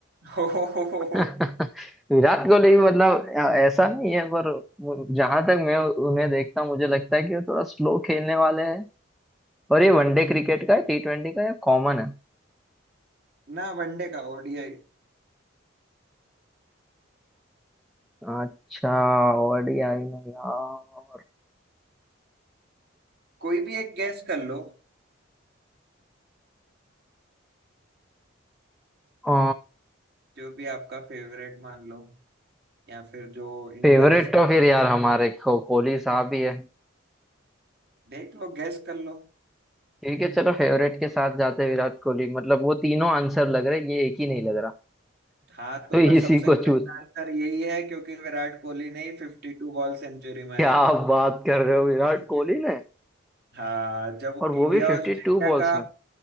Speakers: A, on the right (about 50°); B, in the centre.
A: हो
B: <laughs> विराट कोहली भी मतलब अ- ऐसा नहीं है पर जहां तक मैं उन्हें देखता हूँ मुझे लगता है कि वो थोड़ा स्लो खेलने वाले हैं और ये वनडे क्रिकेट का है टी ट्वेंटी का या कॉमन है
A: ना वनडे का ओडीआई
B: अच्छा ओडीआई में यार
A: कोई भी एक गैस कर लो
B: अ,
A: जो भी आपका फेवरेट मान लो या फिर जो इंडिया
B: फेवरेट
A: जिसने
B: तो फिर यार हमारे को, कोहली साहब ही है
A: देख लो गैस कर लो
B: ठीक है चलो फेवरेट के साथ जाते हैं विराट कोहली मतलब वो तीनों आंसर लग रहे ये एक ही नहीं लग रहा
A: हाँ तो
B: तो
A: पर
B: इसी
A: सबसे
B: को
A: करेक्ट
B: चूज
A: आंसर यही है क्योंकि विराट कोहली ने ही फिफ्टी टू बॉल सेंचुरी मारी
B: क्या आप
A: थी
B: बात कर रहे हो विराट
A: <laughs>
B: कोहली ने
A: हाँ जब
B: और वो
A: इंडिया
B: भी फिफ्टी
A: ऑस्ट्रेलिया
B: टू बॉल्स
A: का
B: में